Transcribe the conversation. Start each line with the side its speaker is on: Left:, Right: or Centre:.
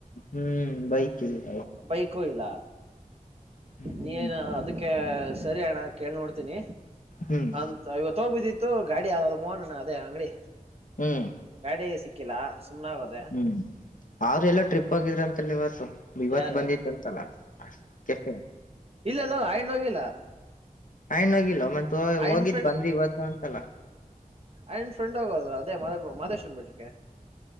Left: ಹ್ಮ್ ಬೈಕ್ ಇಲ್ಲ
Right: ಬೈಕು ಇಲ್ಲ
Left: ಹ್ಮ್ ಹ್ಮ್
Right: ನೀನು ಅದಕ್ಕೆ ಸರಿಯಣ ಕೇಳ್ ನೋಡ್ತೀನಿ
Left: ಹ್ಮ್
Right: ಅಂತ ಇವ ತೋಗ್ಬಿದ್ದಿತ್ತು ಗಾಡಿ ಅದದು ಮೋನ್ಣ ಅದೇ ಅಂಗಡಿ
Left: ಹ್ಮ್
Right: ಗಾಡಿ ಸಿಕ್ಕಿಲ್ಲ ಸುಮ್ನ ಆಗೋದೆ
Left: ಹ್ಮ್ ಅವ್ರ ಎಲ್ಲ ಟ್ರಿಪ್ ಆಗಿದ್ರಂತಲ್ಲ ಇವತ್ತು ಇವತ್ತು
Right: ಯಾರು
Left: ಬಂದಿದಂತಲ್ಲ ಕೆಸ
Right: ಇಲ್ಲಲ್ಲ ಆಯಣ್ಣ ಹೋಗಿಲ್ಲ
Left: ಯನ್ ಹೋಗಿಲ್ಲ ಮತ್
Right: ಆಯಣ್ಣ
Left: ಹೋಗಿದ್ ಬಂದ್ವಿ ಇವತ್ತುಂತಲ್ಲ
Right: ಆನ್್ ಫ್ರೆಂಡ್ ಹೋಗೋದರು ಅದೇ ಮ ಮಾದೇಶ್ನ್ಬೇಟ್ಟಿಕೆ